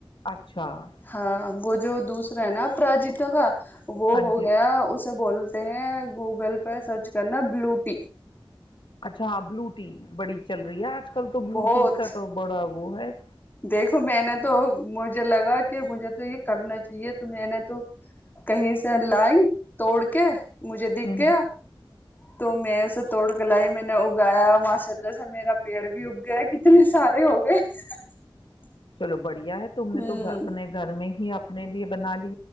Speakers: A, on the left; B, on the left.
A: اچھا <unintelligible>
B: ہاں وہ جو دوسرا ہے نا پراجیت کا <unintelligible> وہ
A: ہاں
B: ہو
A: جی
B: گیا اسے بول <unintelligible> ہیں گوگل پہ سرچ کرنا بلو <unintelligible> پ <unintelligible>
A: اچھا ہ بلو <unintelligible> بڑی چل رہی ہے آج کل تو بلوٹی
B: بہت
A: کا تو بڑا وہ ہے <unintelligible>
B: دیکھو میں نے تو مجھے لگا کہ مجھے تو یہ <unintelligible> کرنا چاہیے تو میں نے تو کہیں سے لائی <unintelligible> توڑ کے مجھے دکھ گیا
A: ہ
B: <unintelligible> تو میں اسے توڑ کے لائی میں نے اگایا ماشاء اللہ سے میرا پیڑ بھی اگ گیا <unintelligible> اتنے سارے ہو گئے <unintelligible>
A: چلو بڑھیا ہے تم نے
B: ہوں
A: تو اپنے گھر میں <unintelligible> اپنے لیے بنا لی <unintelligible>